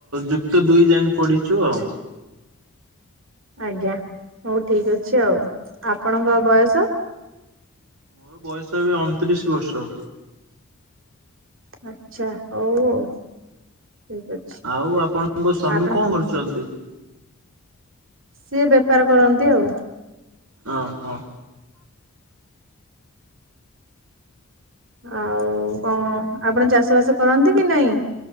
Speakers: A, on the right; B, on the right.
A: ଯୁକ୍ତ ଦୁଇ ଯାଏଁ ପଢିଛୁ ଆଉ।
B: ଆଜ୍ଞା ହଉ ଠିକ୍ ଅଛି ଆଉ। ଆପଣଙ୍କ ବୟସ?
A: ମୋର ବୟସ ଏବେ ଅଣତିରିଶ ବର୍ଷ।
B: ଆଛା ହଉ। ଆଉ ଠିକ ଅଛି
A: ଆଉ ଆପଣଙ୍କ ସ୍ଵାମୀ
B: ଆପଣ
A: କଣ କରୁଛନ୍ତି?
B: ସିଏ ବେପାର କରନ୍ତି ଆଉ।
A: ଅଁ ହଁ।
B: ଆଉ କଣ, ଆପଣ ଚାଷ ବାସ କରନ୍ତି କି ନାଇଁ?